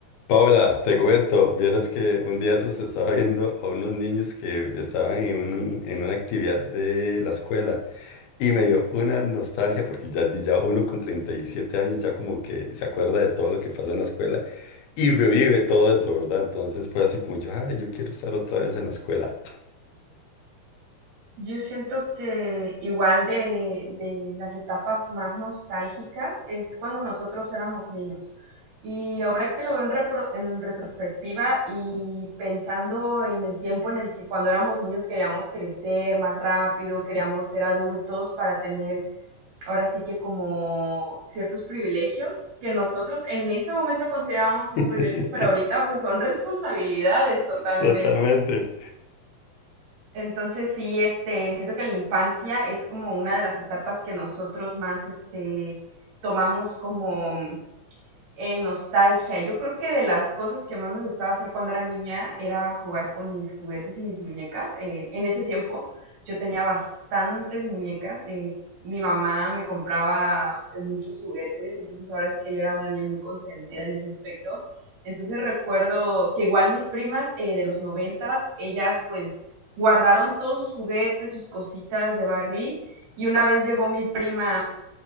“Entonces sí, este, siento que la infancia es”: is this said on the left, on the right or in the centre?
Right